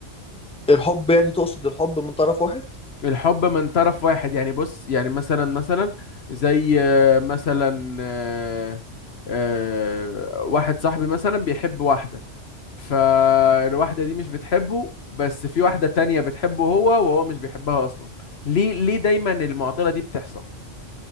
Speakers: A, in the centre; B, on the left.
A: الحب يعني تقصد الحب من طرف واحد
B: الحب من طرف واحد يعني بص يعني مثلا مثلا زي آه، مثلا آه، آه، واحد صاحبي مثلا بيحب واحدة فالواحدة دي مش بتحبه بس في واحدة تانية بتحبه هو وهو مش بيحبها أصلا ليه ليه دايما المعضلة دي بتحصل